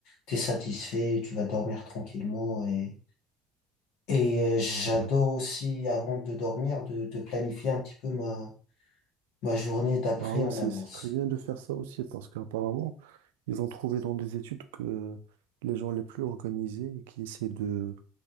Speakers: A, on the left (about 60°); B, on the right (about 70°).
A: tu es satisfait, tu vas dormir tranquillement. Et, et euh, j'adore
B: Ouais.
A: aussi, avant de dormir, de, de planifier un petit peu ma Ma journée d'après
B: Ah ouais,
A: en
B: c'est
A: avance.
B: c'est très bien de faire ça aussi, parce qu'apparemment, ils ont trouvé dans des études que les gens les plus organisés et qui essaient de